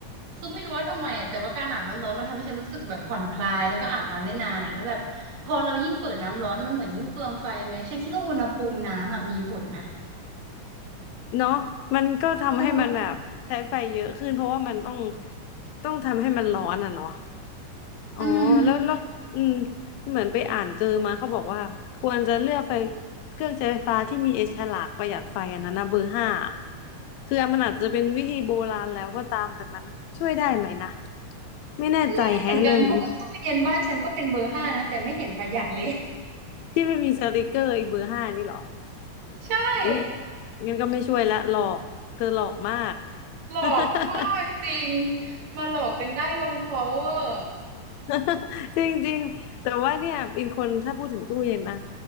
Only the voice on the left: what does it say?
เนาะมันก็ทำให้มันแบบใช้ไฟเยอะขึ้นเพราะว่ามันต้อง
ต้องทำให้มันร้อนอะเนาะ
อ๋อแล้วแล้วอืมเหมือนไปอ่านเจอมาเขาบอกว่าควรจะเลือกไฟเครื่องใช้ไฟฟ้าที่มีไอ้ฉลากประหยัดไฟอันนั้นนะเบอร์ห้าคือมันอาจจะเป็นวิธีโบราณแล้วก็ตามแต่มันช่วยได้ไหมนะไม่แน่ใจแฮะเรื่องนี้
ที่ไม่มีสติกเกอร์ไอ้เบอร์ห้านี่เหรอ
อุ๊ยงั้นก็ไม่ช่วยละหลอกเธอหลอกมาก
<laughs>
<laughs> จริงๆแต่ว่าเนี่ยเป็นคนถ้าพูดถึงตู้เย็นนะ